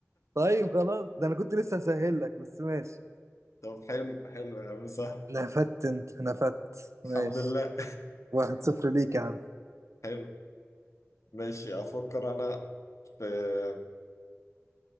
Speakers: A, on the right; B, on the left.
A: طيب خلاص ده انا كنت لسه هسهل لك بس ماشي
B: طب حلو حلو يا عم سهل
A: نفدت انت نفدت ماشي
B: الحمد لله
A: واحد صفر ليك يا عم
B: <laughs> حلو ماشي أفكر أنا في